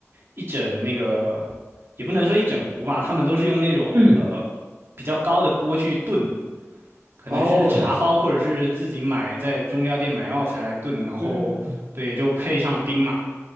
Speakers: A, on the right; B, on the right.
A: 一整那个，也不能说一整壶吧，他们都是用那种呃
B: 嗯，
A: 比较高的锅去炖。可能是茶包或者是自己买在中药店买药材来炖，
B: 哦，了解了解，
A: 然后对，
B: 嗯，
A: 就配上冰嘛，